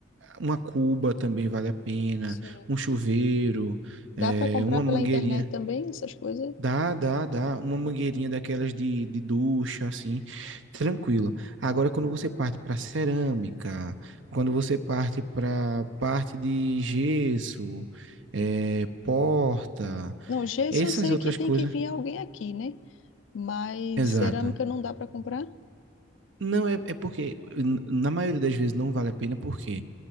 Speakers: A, on the right; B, on the left.
A: uma cuba também vale a pena,
B: Sim.
A: um chuveiro,
B: Dá
A: eh,
B: para comprar
A: uma
B: pela
A: mangueirinha
B: internet também essas coisas?
A: Dá, dá, dá. Uma mangueirinha daquelas de, de ducha, assim, tranquilo. Agora, quando você parte para cerâmica, quando você parte para parte de gesso, eh, porta,
B: Não, gesso
A: essas
B: eu sei
A: outras
B: que tem
A: coisas.
B: que vir alguém aqui, né? Mas
A: Exato.
B: cerâmica não dá para comprar?
A: Não, é, é porque, n- na maioria das vezes, não vale a pena, porque